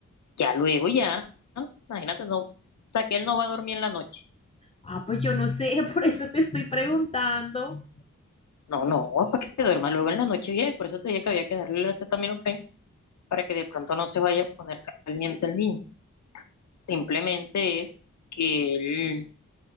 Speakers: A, on the left (about 65°); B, on the left (about 20°).
A: ya luego ya, ¿no? imagínate, no, o sea que él no va a dormir en la noche.
B: Ah, pues yo no sé, <laughs> por eso te estoy preguntando.
A: No, no, para que duerma luego en la noche bien, por eso te dije que había que darle el acetaminofén para que de pronto no se vaya a poner caliente el niño. Simplemente es que él